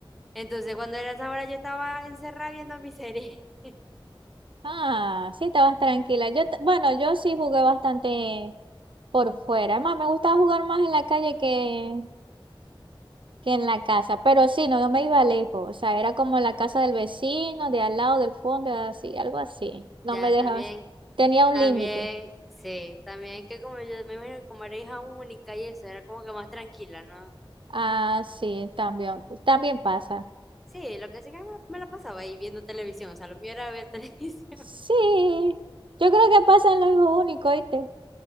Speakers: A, in the centre; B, on the right.
A: Entonces, cuando era esa hora, yo estaba encerrada viendo mi serie. <laughs>
B: Ah, sí, estabas tranquila. Yo, t- bueno, yo sí jugué bastante por fuera. Además, me gustaba jugar más en la calle que, que en la casa. Pero sí, no, no me iba lejos. O sea, era como la casa del vecino, de al lado, del fondo, así, algo así.
A: Ya,
B: No me dejabas.
A: también,
B: Tenía un
A: también,
B: límite.
A: sí, también que como yo me imagino que como era hija única y eso, era como que más tranquila, ¿no?
B: Ah, sí, también, también pasa.
A: Sí, lo que sí que me, me la pasaba ahí viendo televisión, o sea, lo mío era ver <laughs> televisión.
B: Sí, yo creo que pasa en lo mismo único, ¿oíste?